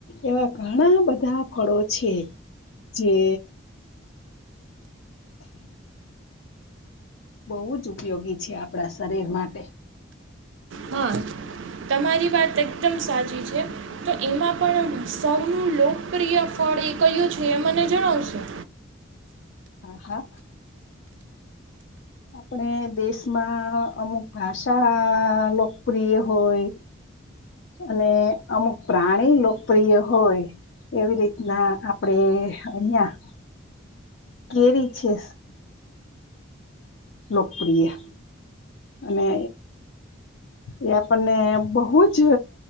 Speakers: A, on the left; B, on the right.
A: એવા ઘણા બધા ફળો છે જે બહુ જ ઉપયોગી છે આપણા શરીર માટે
B: હા તમારી વાત એકદમ સાચી છે તો એમાં પણ સૌનું લોકપ્રિય ફળ એ કયું છે એ મને જણાવશેો
A: હ હા આપણે દેશમાં અમુક ભાષા લોકપ્રિય હોય અને અમુક પ્રાણી લોકપ્રિય હોય એવી રીતના આપણેે અહિયાં કેરી છે લોકપ્રિય અને એ આપણને બહુ જ